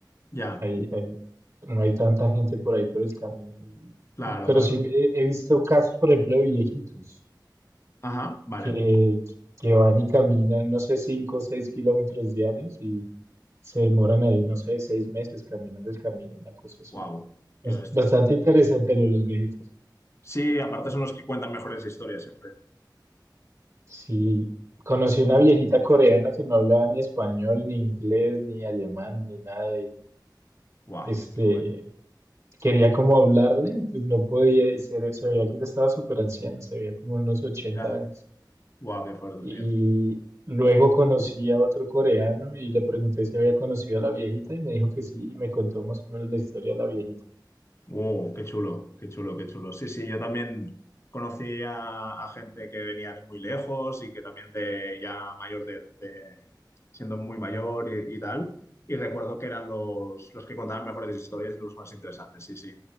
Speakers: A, on the left; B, on the right.
A: ya,
B: Hay, hay- no hay tanta gente por ahí por el camino. Y-
A: claro,
B: pero
A: claro.
B: sí he, he visto casos, por ejemplo, de viejitos
A: Ajá, vale.
B: que, que van y caminan, no sé, 5, o 6 kilómetros diarios y se demoran ahí, no sé, seis meses caminando el camino, una cosa así.
A: Wow, qué
B: Bas-
A: bestias.
B: Bastante interesante lo de los viejitos.
A: Sí, aparte son los que cuentan mejores historias siempre.
B: Sí, conocí una viejita coreana que no hablaba ni español, ni inglés, ni alemán, ni nada. Y,
A: Wow,
B: este,
A: qué bueno.
B: quería como hablarle, y pues no podía, y se, se veía que ella estaba súper anciana, se veía como unos ochenta
A: Ya,
B: años.
A: wow, qué fuerte,
B: Y
A: tío.
B: luego conocí a otro coreano y le pregunté si había conocido a la viejita y me dijo que sí, y me contó más o menos la historia de la viejita.
A: Wow, qué chulo, qué chulo, qué chulo. Sí, sí, yo también conocí a, a gente que venía de muy lejos y que también de ya mayor de, de- siendo muy mayor y, y tal. Y recuerdo que eran los, los que contaban mejores historias y los más interesantes, sí, sí.